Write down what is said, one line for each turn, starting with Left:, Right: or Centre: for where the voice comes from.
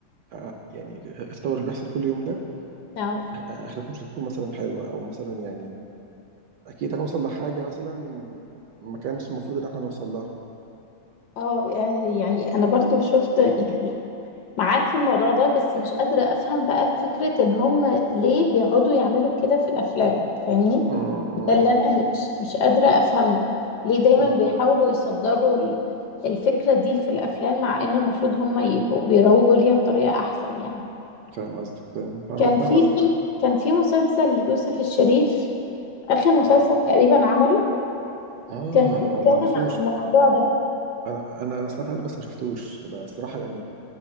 Right: آه، يعني التطور اللي بيحصل كل يوم ده
Left: اه
Right: آه، اخرته مش هتكون مثلا حلوه او مثلا يعني اكيد هنوصل لحاجه مثلا ما كانش المفروض ان احنا نوصل لها
Left: اه يعني انا برضو شفت يعني معاك في الموضوع ده بس مش قادرة افهم بقى فكرة ان هم ليه بيقعدوا يعملوا كده في الافلام فاهمني
Right: م- م-
Left: ده اللي انا
Right: م.
Left: مش مش قادرة افهمه ليه دايما
Right: فاهم
Left: بيحاولوا يصدروا ال- الفكرة دي في الافلام مع ان المفروض هم يبقوا بيروجوا ليها بطريقة احسن يعني
Right: فاهم قصدك فاهم فاهم
Left: كان
Right: فاهم
Left: في
Right: قصدك
Left: فيلم كان في مسلسل ليوسف الشريف اخر
Right: اه
Left: مسلسل تقريبا عمله
Right: اه
Left: كان بيتكلم
Right: آه، ما اعرفوش
Left: عن الموضوع ده
Right: انا انا انا سمعت عنه بس ما شفتوش بقى الصراحه يعني